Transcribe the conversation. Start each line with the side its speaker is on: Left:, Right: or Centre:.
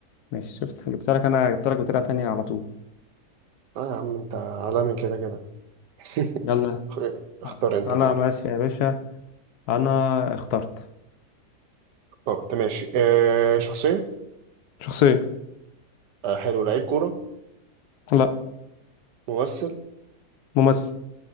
Left: ماشي شفت جبت لك أنا جبت لك بطريقة تانية على طول
Right: لا يا عم أنت عالمي كده كده <laughs>
Left: يلا
Right: اخ- اختار أنت
Left: انا
Right: طيب
Left: ماشي يا باشا انا اخترت
Right: اخترت ماشي آه شخصية
Left: شخصية
Right: آه حلو لعيب كورة
Left: لا
Right: ممثل
Left: ممثل